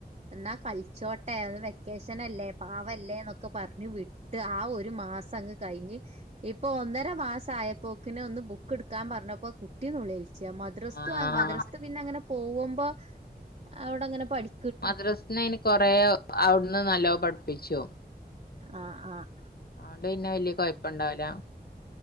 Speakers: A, on the right; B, on the left.
A: ന്നാ കളിച്ചോട്ടെ അത് വെക്കേഷനല്ലേ പാവല്ലേന്നൊക്കെ പർഞ്ഞ് വിട്ട് ആ ഒരു മാസങ്ങ് കഴിഞ്ഞ് ഇപ്പൊ ഒന്നര മാസായപ്പോക്കിന് ഒന്ന് ബുക്ക് ട്ക്കാൻ പറഞ്ഞപ്പോ കുട്ടി നൊലോ ച്ച മദ്രസ്ത്തതും
B: ആഹ്
A: മദ്രസ്ത്തത് പിന്നങ്ങനെ പോകുമ്പോ അവടങ്ങനെ പഠി
B: മദ്രസ്ന്ന് അയിന് കൊറെ അവിട്ന്ന് നല്ലോം പട്പ്പിച്ചും
A: ആ ആ
B: അതോണ്ട് പിന്നെ വെല്യയ കൊയപ്പണ്ടാവൂല